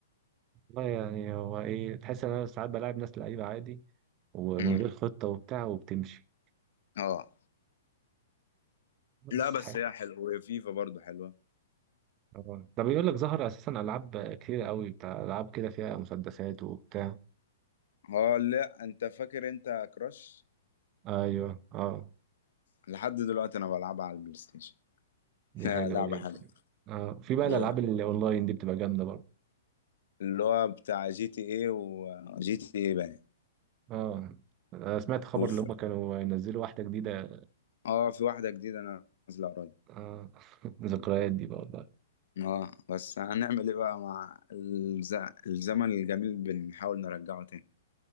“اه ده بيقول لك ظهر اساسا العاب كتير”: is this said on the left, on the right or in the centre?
Right